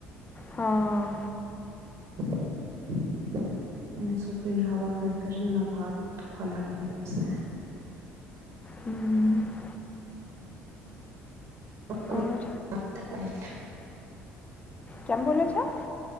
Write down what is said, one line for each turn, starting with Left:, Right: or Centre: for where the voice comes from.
Left: હા,
Right: <inaudible> એને છોકરીને હવા નાખી કરીને માર હાથ દુખવા લાગ્યો છે.
Left: હમ.
Right: <inaudible>
Left: ઓર
Right: <unintelligible>
Left: કોણ બોલો છો?